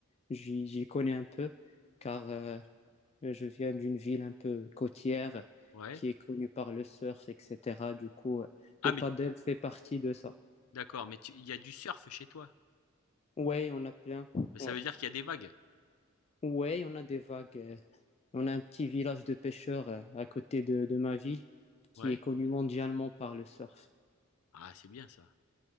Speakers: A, on the left (about 30°); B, on the left (about 85°).
A: j'y j'y connais un peu, car euh, je viens d'une ville un peu côtière
B: Ouais.
A: qui est connue par le surf, etc. Du coup, euh,
B: Ah,
A: le
B: mais
A: paddle fait partie de ça.
B: d'accord, mais tu- il y a du surf chez toi.
A: Ouais, on a plein.
B: Ça
A: Ouais,
B: veut dire qu'il y a des vagues.
A: ouais, on a des vagues euh, On a un petit village de pêcheurs euh, à côté de, de ma ville qui
B: Ouais.
A: est connu mondialement par le surf.
B: Ah, c'est bien ça.